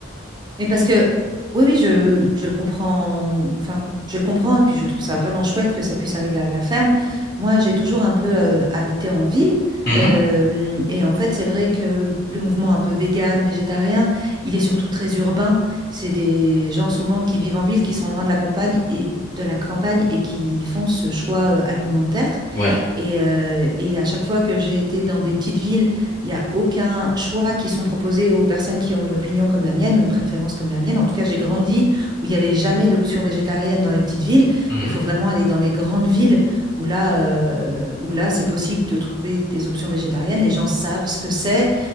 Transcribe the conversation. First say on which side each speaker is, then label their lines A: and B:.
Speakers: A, on the right (about 20°); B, on the left (about 50°).
A: Mais parce que, oui, oui, je, je le comprends, enfin, je le comprends, et puis je trouve ça vraiment chouette que ça puisse arriver à la ferme. Moi, j'ai toujours un peu euh, habité en ville,
B: Mhm.
A: euh, et en fait, c'est vrai que le mouvement un peu vegan, végétarien, il est surtout très urbain. C'est des gens souvent qui vivent en ville, qui sont loin de la campagne et de la campagne et qui font ce choix euh, alimentaire.
B: Ouais.
A: Et, euh, et à chaque fois que j'ai été dans des petites villes, il n'y a aucun choix qui sont proposés aux personnes qui ont une opinion comme la mienne ou une préférence comme la mienne. En tout cas, j'ai grandi où il n'y avait jamais d'option végétarienne dans les petites villes.
B: Mhm.
A: Il faut vraiment aller dans les grandes villes où là, euh, où là, c'est possible de trouver des options végétariennes. Les gens savent ce que c'est